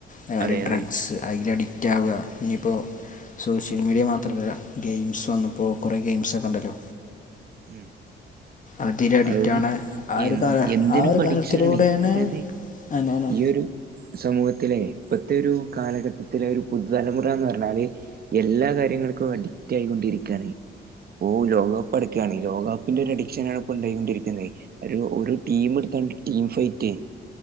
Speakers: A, on the left (about 40°); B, on the right (about 50°).
A: ഞാന്
B: അതെ
A: ഡ്രഗ്സ്
B: അതെ
A: അയിന്റ അഡിക്റ്റാവ ഇനിയിപ്പോ സോഷ്യൽ മീഡിയ മാത്രല്ല ഗെയിംസ് വന്നപ്പോ കൊറെ ഗെയിംസക്കെ ഇണ്ടല്ലോ
B: ഉം
A: അതിര് അഡിക്റ്റാവണ
B: അതായത്
A: ആ
B: എ
A: ഒരു കാല
B: എന്തിന്
A: ആ ഒരു
B: പഠിച്ചാണ്
A: കാലത്തിലൂടെയാണ്
B: അതായത്
A: ആന്നാന്നാന്ന്
B: ഈ ഒരു സമൂഹത്തിലെ ഇപ്പഴ്ത്തെരു കാലഘട്ടത്തിലെ ഒരു പുതുതലമുറാന്ന് പറഞ്ഞാല് എല്ലാ കാര്യങ്ങൾക്കും അഡിക്റ്റായിക്കൊണ്ടിരിക്കാണ് ഓ ലോകകപ്പ് അടു ക്കാണ് ലോകകപ്പിന്റെ ഒരു അഡിക്ഷൻ ആണ് ഇപ്പോൾ ഉണ്ടായികൊണ്ടിരിക്കുന്നേ ഒരു ഒരു ടീം എടുത്താണ്ട് ടീം ഫൈറ്റേ